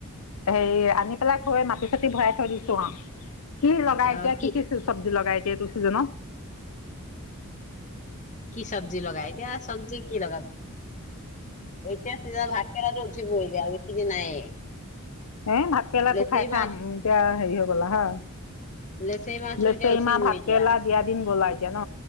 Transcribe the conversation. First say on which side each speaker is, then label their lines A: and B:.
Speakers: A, on the left; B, on the left.
A: হেৰি আনি পেলাই থৈ মাটি চাটি ভৰাই থৈ দিছোং আ কি লগাইছে?
B: অ', কি
A: কি-কি চব্জি লগাইছে? এইটো চিজন
B: কি চব্জি লগাই এতিয়া চব্জি কি লগাব, এতিয়া তিয়, ভাতকেৰেলা উঠিবই। তিয় বেছিকে নাইয়ে।
A: এ ভাত কেৰেলাটো
B: লেচেৰি
A: খাই-খাই
B: মাহ
A: এতিয়া হেৰি হৈ গ'ল আ হা।
B: লেচৰি মাহটো
A: লেচেৰি
B: এতিয়া উঠিবই
A: মাহ ভাত
B: এতিয়া।
A: কেৰেলা দিয়া দিন গ'লা এতিয়া ন